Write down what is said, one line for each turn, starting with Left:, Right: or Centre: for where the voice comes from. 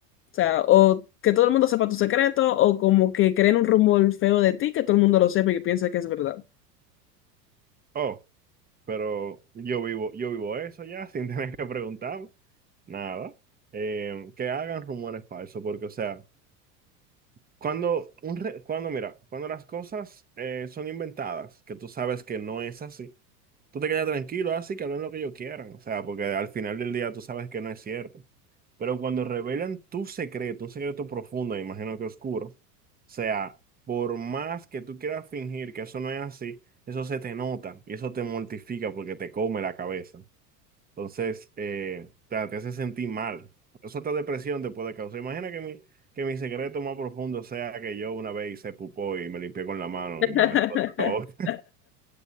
Left: O sea, o que todo el mundo sepa tu secreto, o como que creen un rumor feo de ti, que todo el mundo lo sepa y que piensa que es verdad.
Right: Oh, pero yo vivo, yo vivo eso ya, <laughs> sin tener que preguntarme. Nada. Eh, que hagan rumores falsos, porque, o sea, cuando, un re- cuando, mira, cuando las cosas eh, son inventadas, que tú sabes que no es así. tú te quedas tranquilo, así que hablen lo que ellos quieran, o sea, porque al final del día tú sabes que no es cierto. Pero cuando revelan tu secreto, un secreto profundo, me imagino que oscuro, o sea, por más que tú quieras fingir que eso no es así, eso se te nota y eso te mortifica porque te come la cabeza. Entonces, eh, te, te hace sentir mal. Eso otra depresión te puede causar. Imagina que mi, que mi secreto más profundo sea que yo una vez hice pupó y me limpié con la mano
Left: <laughs>
Right: y me metí la boca.